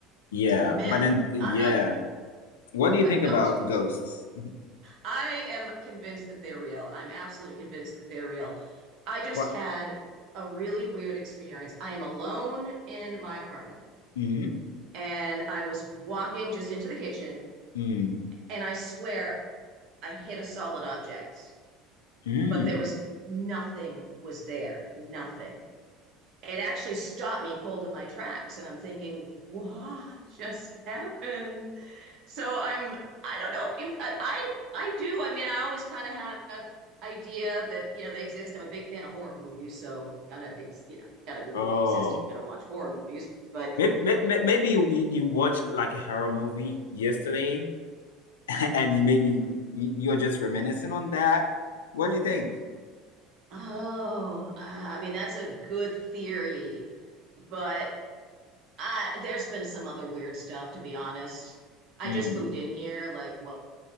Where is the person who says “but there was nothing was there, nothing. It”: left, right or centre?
Right